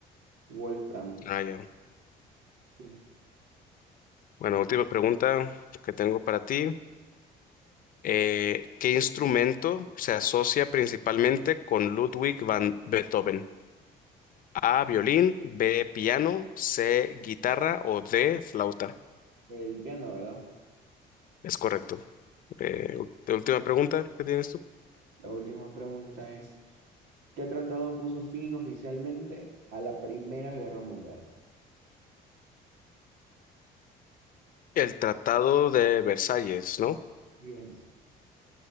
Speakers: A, on the right; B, on the left.
A: Wolfram.
B: Ah, ya.
A: Sí,
B: Bueno, última pregunta que tengo para ti. Eh, ¿qué instrumento se asocia principalmente con Ludwig van Beethoven? A, violín, B, piano, C, guitarra o D, flauta.
A: el piano, ¿verdad?
B: Es correcto. Eh, ú- última pregunta que tienes tú.
A: La última pregunta es, ¿qué tratado puso fin oficialmente a la Primera Guerra Mundial?
B: El Tratado de Versalles, ¿no?
A: Bien,